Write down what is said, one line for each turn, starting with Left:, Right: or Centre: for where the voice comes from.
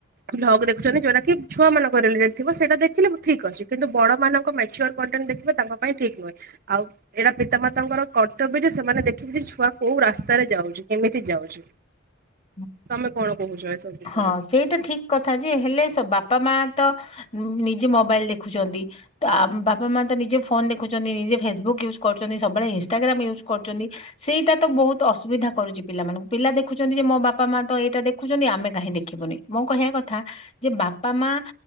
Right: ଭ୍ଗ ଦେୁଛନ୍ତି ଯଉଟା କି ଛୁଆମାନଙ୍କ ରିଲେଟେଡ ଥିବ ସେଇଟା ଦେଖିଲେ ଠିକ ଅଛି। କିନ୍ତୁ ବଡମାନଙ୍କ ମେଚ୍ୟର କଣ୍ଟେଣ୍ଟ ଦେଖିବ ତାଙ୍କ ପାଇଁ ଠିକ୍ ନୁହେଁ ଆଉ ଏଇଟା ପିତାମାତାଙ୍କର କର୍ତ୍ତବ୍ୟ ଯେ ସେମାନେ ଦେଖିବେ ଯେ ଛୁଆ କୋଉ ରାସ୍ତାରେ ଯାଉଛି କେମିତି ଯାଉଛି।
Left: <inaudible>
Right: ତମେ କଣ କହୁଛ ଏ ସବୁ ବିଷୟରେ।
Left: ହଁ ସେଇଟା ଠିକ କଥା ଯେ ହେଲେ ବାପା ମା ତ ନିଜେ ମୋବାଇଲ ଦେଖୁଛନ୍ତି। ତ ବାପା ମା ତ ନିଜେ ଫୋନ ଦେଖୁଛନ୍ତି ନିଜେ ଫେସବୁକ୍ ୟୁଜ୍ କରୁଛନ୍ତି ସବୁବେଳେ ଇନଷ୍ଟାଗ୍ରମ୍ ୟୁଜ୍ କରୁଛନ୍ତି। ସେଇଟା ତ ବହୁତ ଅସୁବିଧା କରୁଛି ପିଲାମାନଙ୍କୁ ପିଲା ଦେଖୁଛନ୍ତି ଯେ ବାପା ମା ତ ଏଇଟା ଦେଖୁଛନ୍ତି ଆମେ କାହିଁ ଦେଖିବୁନି ମୋ କହିବା କଥା ଯେ ବାପା ମା